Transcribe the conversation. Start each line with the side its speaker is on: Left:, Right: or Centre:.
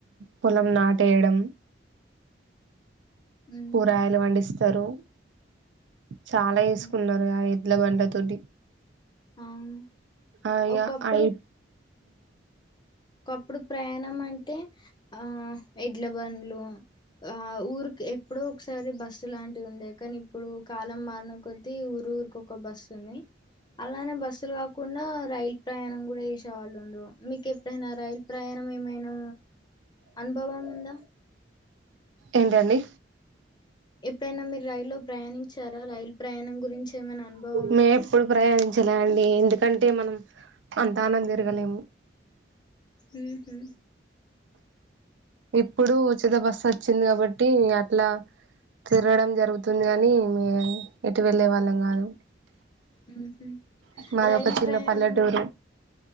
Right: పొలం నాటేయడం
Left: ఉమ్
Right: కూరగాయలు పండిస్తారు చాలా
Left: అవును
Right: వేసుకున్నారు ఆ ఎడ్ల బండ తోటి
Left: అవును
Right: ఆయన
Left: ఒకప్పుడు
Right: అయి
Left: ఇప్పుడు ప్రయాణం అంటే ఆ ఎడ్ల బండ్లు ఆ ఊరికి ఎప్పుడో ఒకసారి బస్సు లాంటివి ఉండే కానీ ఇప్పుడు కాలం మారిన కొద్దీ ఊరు ఊరుకి ఒక బస్సు ఉంది అలానే బస్సులు కాకుండా రైల్ ప్రయాణం కూడా చేసేవాళ్ళు ఉంటారు మీకు ఎప్పుడైనా రైలు ప్రయాణం ఏమైనా అనుభవం ఉందా
Right: ఏంటండి
Left: ఎప్పుడైనా మీరు రైలుల్లో ప్రయాణించారా రైలు ప్రయాణం గురించి ఏమైనా అనుభవం
Right: మేము
Left: ఉందా
Right: ఎప్పుడు ప్రయాణించలే అండి ఇందు ఎందుకంటే మనం అంత ఆనంద తిరగలేము
Left: ఉహూ
Right: ఇప్పుడు ఉచిత బస్సు వచ్చింది కాబట్టి అట్లా తిరగడం జరుగుతుంది కాని ఎటు వెళ్ళే వాళ్ళం కాదు
Left: ఉహూ
Right: మాదొక
Left: రైల్
Right: చిన్న
Left: ప్రయాణం
Right: పల్లెటూరు